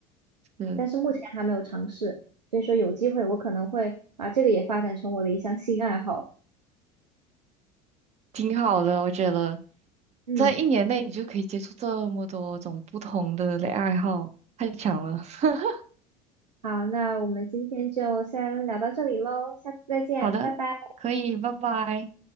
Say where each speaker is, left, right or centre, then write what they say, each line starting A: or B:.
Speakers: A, on the right; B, on the right.
A: 嗯，
B: 但是目前还没有尝试，所以说有机会我可能会把这个也发展成我的一项新爱好。
A: 挺好的，我觉得。
B: 嗯，
A: 在一年内，你就可以接触这么多种不同的爱好，太强了。<laughs>
B: 好，那我们今天就先聊到这里喽，下次再见，
A: 好的，
B: 拜拜。
A: 可以，拜拜。